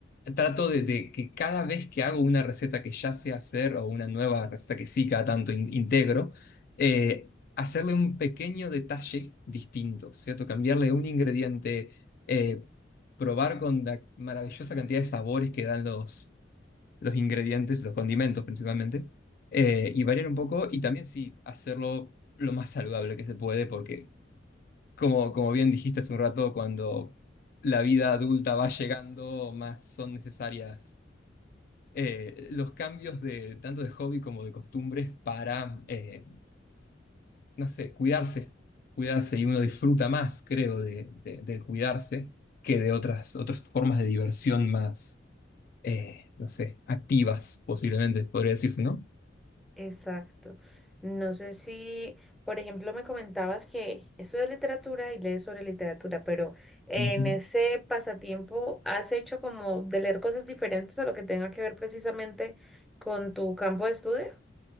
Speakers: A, on the left; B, in the centre.
A: trato de, de que cada vez que hago una receta que ya sé hacer o una nueva receta que sí cada tanto in- integro, eh, hacerle un pequeño detalle distinto, ¿cierto? Cambiarle un ingrediente, eh, probar con la maravillosa cantidad de sabores que dan los los ingredientes, los condimentos principalmente, eh, y variar un poco y también sí hacerlo lo más saludable que se puede, porque como, como bien dijiste hace un rato, cuando la vida adulta va llegando, más son necesarias eh, los cambios de tanto de hobby como de costumbres para, eh, no sé, cuidarse, cuidarse y uno disfruta más, creo, de, de- del cuidarse que de otras, otras formas de diversión más, eh, no sé, activas posiblemente, podría decirse, ¿no?
B: Exacto. No sé si, por ejemplo, me comentabas que estudias literatura y lees sobre literatura, pero en
A: Ujú.
B: ese pasatiempo has hecho como de leer cosas diferentes a lo que tenga que ver precisamente con tu campo de estudio.